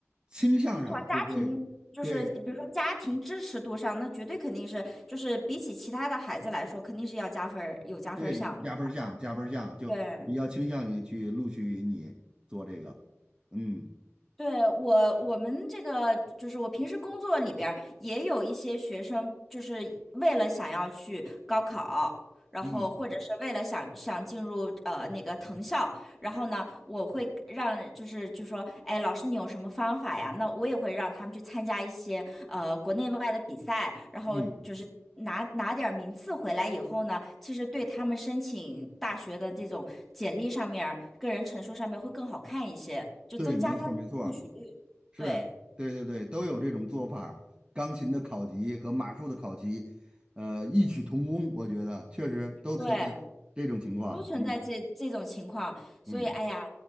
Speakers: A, on the right; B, in the centre.
A: 倾向上，
B: 至少家庭就是比如说家庭支持度上，
A: 就会对
B: 那绝对肯定是就是比起其他的孩子来说，肯定是要加分儿，有加分儿项的
A: 对加分儿项加分儿项，就比较倾向于去录取你做这个。
B: 对，
A: 嗯
B: 对，我，我们这个就是我平时工作里边儿也有一些学生，就是为了想要去高考，然后或者是为了想想进入呃那个藤校，
A: 嗯
B: 然后呢，我会让就是就说，哎，老师你有什么方法呀？那我也会让他们去参加一些呃国内外的比赛，然后就是拿拿点儿名次回来以后呢，
A: 嗯，
B: 其实对他们申请大学的这种简历上面儿个人陈述上面会更好看一些，就增加他。
A: 对，没错儿没错儿，
B: 录取率，
A: 是，
B: 对
A: 对对对，都有这种做法儿钢琴的考级和马术的考级，呃，异曲同工，我觉得确实都存在这种情况。
B: 对，都存在这这种情况，
A: 嗯
B: 所以哎呀，
A: 嗯，